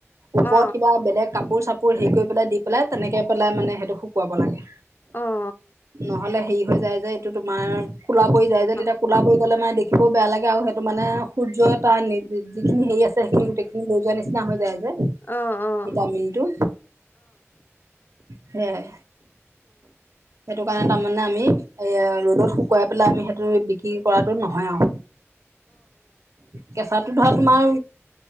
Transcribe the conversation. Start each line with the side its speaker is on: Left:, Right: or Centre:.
Right: ওপৰত
Left: অ', অ', অ',
Right: কিবা বেলেগ কাপোৰ-চাপ পোৰ হেৰি কৰি দি পেলাই তেনেকে পেলাই মানে সেইটো শুকুৱাব লাগে।
Left: অ', অ', অ', অ', অ', অ',
Right: নহ'লে হেৰি হৈ যায় যে এইটো তোমাৰ কোলা পৰি যায় যে তেতিয়া
Left: অ',
Right: কোলা পৰি গ'লে মানে দেখিবয়ো বেয়া লাগে। <unintelligible> সেইটো মানে সূৰ্যৰ তাৰ <unintelligible> যিখিনি হেৰি আছে সেইখিনি গোটেই খিনি সূৰ্যৰ নিচিনা হৈ যায় যে।
Left: অ' অ'
Right: <unintelligible> টো, সেয়াই। সেইটো কাৰণে তাৰমানে আমি এয়া ৰ'দত শুকুৱাই পেলাই আমি সেইটো বিক্ৰী কৰাতো নহয় আউ। কেঁচাটো ধৰা তোমাৰ